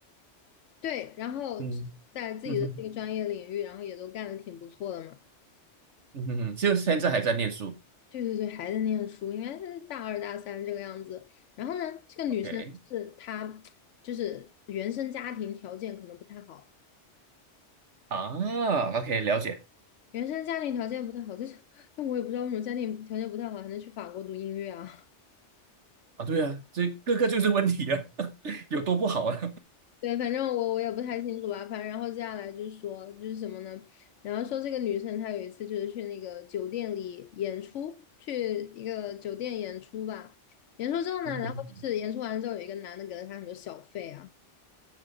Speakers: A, on the left; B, on the right.
A: 对，然后在自己的这个专业领域，
B: 嗯嗯哼
A: 然后也都干得挺不错的嘛。
B: 嗯哼哼，就现在还在念书
A: 对对对，还在念书，应该是大二大三这个样子。然后呢，这个女生是她，
B: ，OK
A: 就是原生家庭条件可能不太好，
B: 啊，OK，了解
A: 原生家庭条件不太好，就是但我也不知道为什么家庭条件不太好还能去法国读音乐啊。<laughs>
B: 啊，对啊，这这个就是问题啊，<laughs> 有多不好啊？
A: 对，反正我我也不太清楚吧。反正然后接下来就是说就是什么呢？然后说这个女生她有一次就是去那个酒店里演出，去一个酒店演出吧。演出之后呢，
B: <laughs> 嗯哼
A: 然后就是演出完了之后有一个男的给了她很多小费啊。